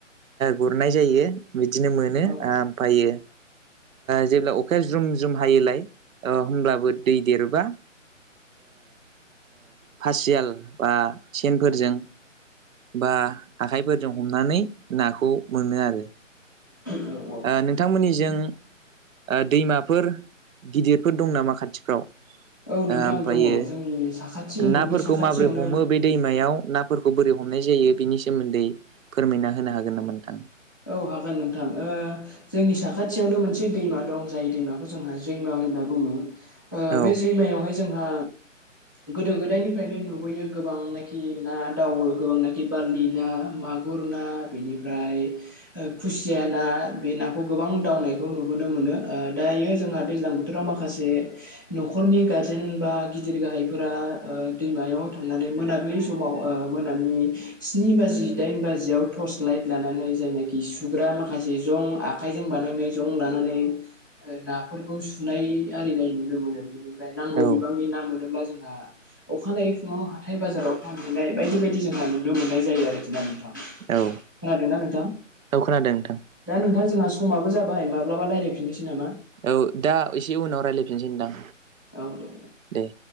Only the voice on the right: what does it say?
गुरनाय जायो बिदिनो मोनो
आमफ्रायायो जेब्ला अखाया ज्रुम ज्रुम हायोलाय होमब्लाबो दै देरोबा फासियाल बा सेनफोरजों बा आखाइफोरजों हमनानै नाखौ मोनो आरो
ओ नोंथांमोननिजों ओ दैमाफोर गिदिरफोर दं नामा खाथिफ्राव
ओ ओमफ्रायो
नाफोरखौ
माबोरै हमो बे दैमायाव नाफोरखौ बोरै हमनाय जायो बिनि सोमोन्दै फोरमायना होनो हागोन नामा नोंथाङा
औ
औ
औ
औ खोनादों नोंथां
औ दा एसे उनाव रायलायफिनसै नोंथां
दे।